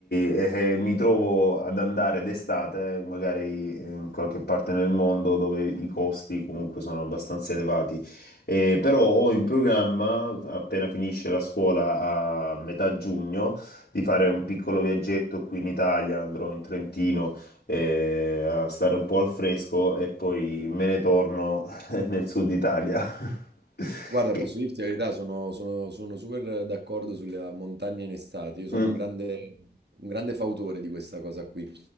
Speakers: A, on the left; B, on the right.
A: eh, eh, mi trovo ad andare d'estate, magari in qualche parte nel mondo dove i costi comunque sono abbastanza elevati. Eh, però ho in programma, appena finisce la scuola a metà giugno, di fare un piccolo viaggetto qui in Italia, andrò in Trentino eh, a stare un po' al fresco e poi me ne torno <laughs> nel sud Italia. <laughs>
B: Guarda,
A: Che...
B: posso dirti la verità, sono, sono- sono super d'accordo sulle montagne in estate. Io sono
A: Mm.
B: un grande, un grande fautore di questa cosa qui.